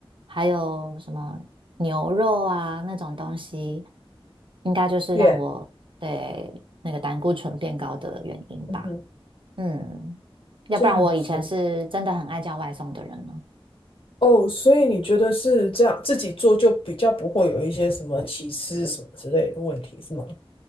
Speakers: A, on the right; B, on the left.
A: 还有什么牛肉啊那种东西，应该就是让我对那个胆固醇变高的原因吧。
B: 耶，嗯哼，
A: 嗯，要不然我以前是真的很爱叫外送的人呢。
B: 这样子。哦，所以你觉得是这样，自己做就比较不会有一些什么起司什么之类的问题，是吗？